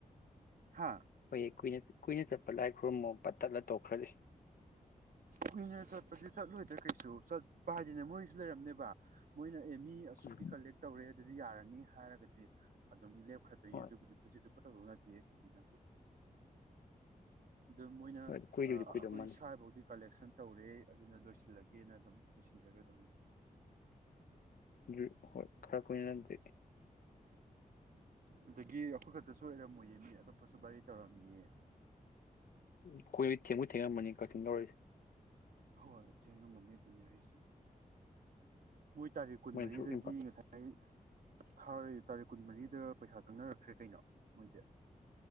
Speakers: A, on the right; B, on the left.
A: ꯍꯥꯥ?
B: ꯍꯣꯏ ꯀꯨꯏꯅ- ꯀꯨꯏꯅ ꯆꯠꯄ ꯂꯥꯏ ꯈꯨꯔꯨꯝꯃ ꯄꯠ ꯇꯠꯂ ꯇꯣꯛꯈ꯭ꯔꯗꯤ꯫
A: ꯀꯨꯏꯅ ꯆꯠꯄꯁꯤ ꯆꯠꯂꯣꯏꯗ꯭ꯔꯥ ꯀꯩꯁꯨ ꯆꯠꯄ ꯍꯥꯏꯗꯤꯅꯦ ꯃꯣꯏꯁꯨ ꯂꯩꯔꯝꯅꯦꯕ ꯃꯣꯏꯅ ꯑꯦꯝ ꯏ ꯑꯁꯨꯛꯀꯤ
B: ꯎꯝ
A: ꯀꯂꯦꯛ ꯇꯧꯔꯦ ꯑꯗꯨꯗꯤ ꯌꯥꯔꯅꯤ ꯍꯥꯏꯔꯒꯗꯤ ꯑꯗꯨꯝ ꯂꯦꯞꯈ꯭ꯔꯗꯣꯏꯅꯤ
B: ꯍꯣꯏ
A: ꯑꯗꯨꯕꯨꯗꯤ ꯄꯨꯟꯁꯤ ꯆꯨꯞꯄ ꯇꯧꯗꯧꯅꯗꯦ ꯑꯁꯤꯗꯤ ꯅꯪꯁꯨ꯫ ꯑꯗꯨ ꯃꯣꯏꯅ
B: ꯍꯣꯏ ꯀꯨꯏꯕꯨꯗꯤ
A: ꯑꯩꯈꯣꯏ
B: ꯀꯨꯏꯗꯧ ꯃꯥꯜꯂꯤ
A: ꯁ꯭ꯋꯥꯏꯐꯥꯎꯗꯤ ꯀꯂꯦꯛꯁꯟ ꯇꯧꯔꯦ ꯑꯗꯨꯅ ꯂꯣꯏꯁꯤꯜꯂꯒꯦꯅ ꯑꯗꯨꯝ ꯂꯣꯏꯁꯤꯟꯖꯒꯗꯧꯅꯦ꯫
B: ꯍꯧ ꯍꯣꯏ ꯈꯔ ꯀꯨꯏꯅꯗꯤ
A: ꯑꯗꯒꯤ ꯑꯩꯈꯣꯏ ꯈꯛꯇꯁꯨ ꯑꯣꯏꯔꯝꯃꯣꯏꯌꯦ ꯃꯤ ꯑꯇꯣꯞꯄꯁꯨ ꯕꯥꯔꯤ ꯇꯧꯔꯝꯅꯤꯌꯦ꯫
B: ꯑꯈꯣꯏꯅ ꯊꯦꯡꯕꯨ ꯊꯦꯡꯉꯃꯅꯤ ꯀꯛꯆꯤꯡ ꯂꯧꯔꯁꯤ ꯫
A: ꯍꯣꯏ ꯊꯦꯡꯉꯝꯃꯅꯤ ꯑꯗꯨꯅꯤ ꯍꯥꯏꯁꯦ꯫ ꯃꯣꯏ ꯇꯥꯔꯤꯛ ꯀꯨꯟꯃꯔꯤꯗꯒꯤ
B: ꯃꯣꯏꯁꯨ ꯏꯝꯐꯥꯜ
A: ꯉꯁꯥꯏ ꯊꯥ ꯇꯥꯔꯤꯛ ꯀꯨꯟꯃꯔꯤꯗ ꯄꯩꯁꯥ ꯆꯪꯅꯔꯛꯈ꯭ꯔꯦ ꯀꯩꯅꯣ ꯃꯣꯏꯗꯤ꯫